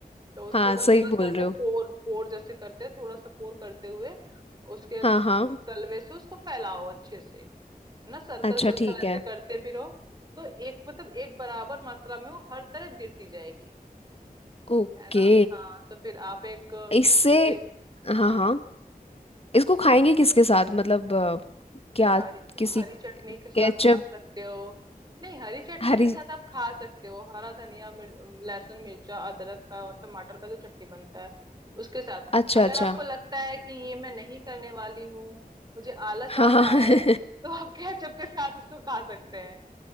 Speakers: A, on the right (about 25°); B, on the left (about 40°).
A: तो उसको
B: हाँ
A: बस
B: सही
A: थोड़ा सा
B: बोल
A: ऐसे
B: रहे हो
A: पोर पोर जैसे करते हैं थोड़ा सा पोर करते हुए उसके
B: हाँ हाँ
A: तलवे से उसको फैलाओ अच्छे से है ना सर्कल
B: अच्छा
A: सर्कल
B: ठीक
A: ऐसे
B: है
A: करते भी रहो तो एक मतलब एक बराबर मात्रा में वो हर तरफ गिरती जाएगी
B: ओके
A: है ना हाँ तो फिर आप एक
B: इससे
A: वो भी हाँ
B: हाँ हाँ इसको खाएंगे
A: आप-
B: किसके साथ मतलब अ, क्या
A: यार इसको
B: किसी
A: हरी चटनी
B: केचप
A: के साथ खा सकते हो नहीं हरी चटनी
B: हरी
A: के साथ आप खा सकते हो हरा धनिया मिर, लहसुन मिर्चा अदरक का और टमाटर का जो चटनी बनता है उसके साथ
B: अच्छा
A: अगर
B: अच्छा
A: आपको लगता है कि ये मैं नहीं करने वाली हूँ मुझे आलस
B: हाँ
A: आ रहा
B: हाँ
A: है
B: <laughs>
A: तो आप केचप के साथ उसको खा सकते हैं